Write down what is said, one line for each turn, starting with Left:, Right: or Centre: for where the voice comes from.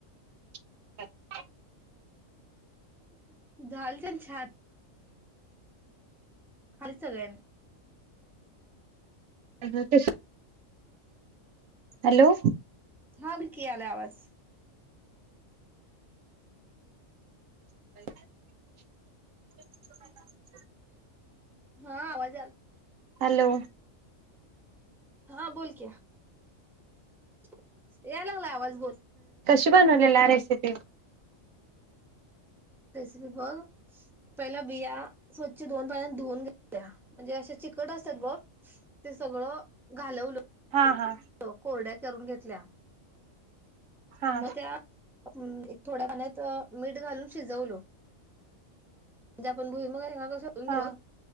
Right: <unintelligible>
Centre: <inaudible> झाली तेन छान. खाल्लीत सगळ्यांनी.
Right: मग कशी? हॅलो.
Centre: हा विकी आलाय आवाज.
Right: <unintelligible>
Centre: <inaudible> हा आवाज
Right: हॅलो.
Centre: हा बोल क्या. <inaudible> याय लागला आवाज बोल.
Right: कुनी बनवलेला रेसिपी? <inaudible>
Centre: रेसिपी बघ पहिला बिया स्वच्छ दोन पाण्यानं धुणं घेतल्यात. म्हणजे असे चिकट असतात बघ ते सगळं घालवलं.
Right: हा, हा.
Centre: कोरड्या करून घेतल्या
Right: हा
Centre: मग त्या हम्म त्या थोड्या पाण्यात मीठ घालून शिजवलो. म्हणजे आपण भुईमूग शेंगा कस धोऊन
Right: हा
Centre: घेऊत